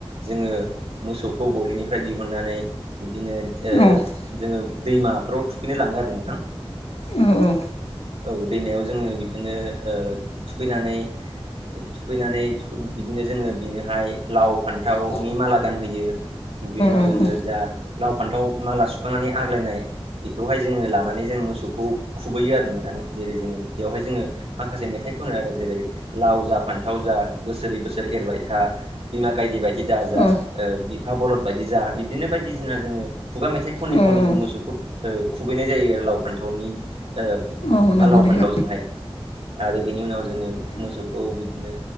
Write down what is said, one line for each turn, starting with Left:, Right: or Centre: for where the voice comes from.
Right: जोङो मोसौखौ गलिनिफ्राय दिहुननानै। बिदिनो ओ
Left: सान औ फालिनाय जायो औ
Right: जोङो दैमाफ्राव थुखैनो लाङो आरो नोंथां।
Left: औ औ
Right: औ दैमायाव जोङो बिबदिनो ओ थुखैनानै थुखैनानै। बिदिनो जोङो बिनोहाय लाव फान्थावनि
Left: औ
Right: माला गानहोयो बिनि उनाव
Left: औ
Right: जोङो
Left: औ
Right: जा लाव फान्थाव माला सुखांनानै आग्लायनाय बेखौहाय जोङो लानानै जों मोसौखौ
Left: औ
Right: खुबैयो आरो नोंथां जेरै जोङो बेयावहाय जोङो माखासे मेथाइ खनो आरो जेरै लाव जा फान्थाव जा बोसोरै बोसोर एरबाय था। बिमा गायदि बायदि दा जा
Left: औ
Right: ओ बिफा बलद बायदि जा बिब्दिनो बायदिसिना जोङो। खुगा मेथाइ खनै
Left: औ
Right: खनै
Left: औ
Right: जों मोसौखौत ओ खुबैनाय जायो आरो लाव फान्थावनि ओ
Left: औ नंगौ
Right: मा लाव
Left: दे
Right: फान्थावजोंहाय
Left: औ
Right: आरो बेनि उनाव जोङो मोसौखौ बिदिनो